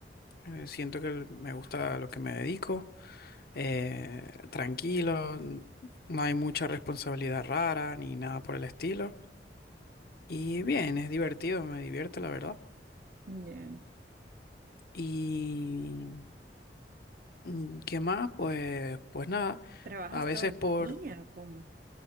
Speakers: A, on the left; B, on the right.
A: eh, siento que me gusta lo que me dedico, eh, tranquilo, n- no hay mucha responsabilidad rara ni nada por el estilo y bien, es divertido, me divierte la verdad.
B: ya.
A: Y Mm, ¿Qué más? Pues, pues nada.
B: ¿Trabajas
A: A veces
B: todo el
A: por...
B: día o cómo?